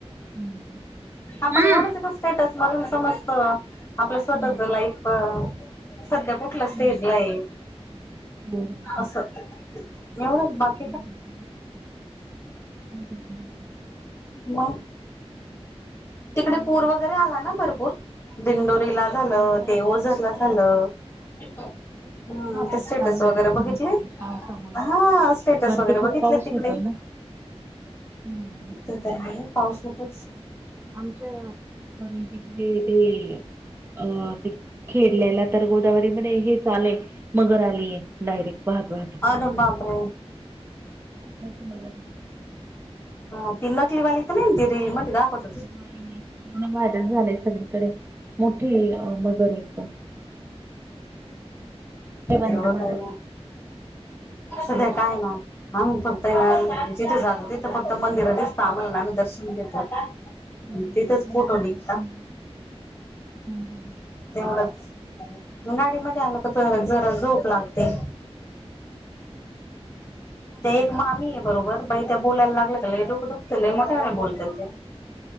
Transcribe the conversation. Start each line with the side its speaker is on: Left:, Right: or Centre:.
Right: हम्म.
Left: आपणं
Right: ना.
Left: एवढंच येतं स्टेटंस मरूंन समजतं आपलं स्वंतःचं
Right: हम्म.
Left: लाईफ संध्या कुंठला स्टेजं
Right: हम्म.
Left: लां येलं
Right: हो, हो.
Left: असं एवढंच माझं
Right: बरोबर बरोबर
Left: मंग तिकडे
Right: नाही
Left: पूरं वगैरें आंला नां भरंपूर दिंडोरीला झालं
Right: हो महापूर
Left: ते ओझर लां
Right: हा
Left: झालं हम्मं
Right: महापूर
Left: ते स्टेटंस
Right: चालू
Left: वगैरें
Right: आहे आता सगळीकडे
Left: बघितले
Right: पावसामुळे.
Left: हां स्टेटंस
Right: वरती
Left: वगैरें
Right: खूप
Left: बघितले
Right: पाऊस
Left: तिकडे
Right: होतोय
Left: ह
Right: ना. हम्म.
Left: ते तर हाय पावसातच
Right: आमचं <unintelligible> ते अ ते खेळलेला तर गोदावरीमधे हेच आलंय मगर आलीय डायरेक्ट वाहत वाहत.
Left: अरे बाप रे.
Right: खूप मोठी मगरे.
Left: हा ती नकली वाली त नईन ती रील मध्ये दाखवत्
Right: नाय नई पुर्ण व्हायरल झालंय सगळीकडं मोठीे अं मगरे एकदम. जिवंत
Left: एवढं
Right: मगर.
Left: काय,
Right: आहे.
Left: सगळं काय ना. आम्ही फक्तय ना
Right: हम्म.
Left: जिथे जातो तिथे फक्त मंदिरं दिसता आम्हाला न आम्ही दर्शन घेतो.
Right: हम्म.
Left: अन् तीथंच
Right: हम्म.
Left: फोटो निघता.
Right: हम्म. हा हा.
Left: तेवढंच गाडीमध्ये आलं का तेवरा जरा झोप लाग ते. ते एक मामीये बरोबर बाई त्या बोलायला लागल्या का डोकं दुखतं लय मोठ्यानं बोलत्यात त्या.